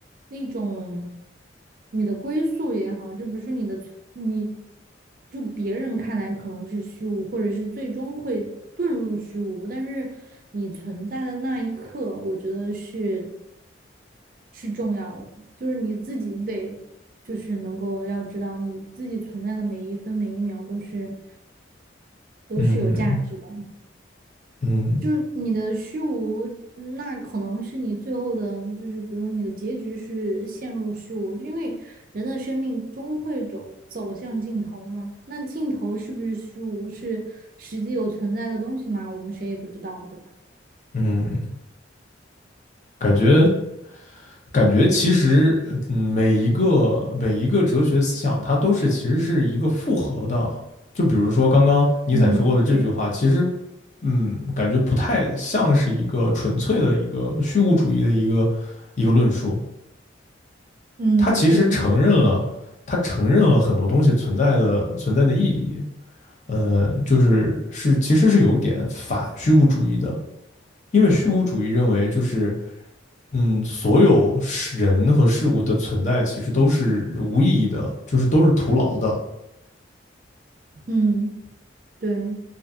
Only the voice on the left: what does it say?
嗯嗯
嗯，感觉感觉其实，嗯，每一个每一个哲学思想，它都是其实是一个复合的。就比如说刚刚尼采说过的这句话，
其实，嗯，感觉不太像是一个纯粹的一个虚无主义的一个一个论述。
它其实承认了，
它承认了很多东西存在的存在的意义。呃，就是是其实是有一点反虚无主义的，因为虚无主义认为就是嗯，所有事人和事物的存在其实都是无意义的，就是都是徒劳的。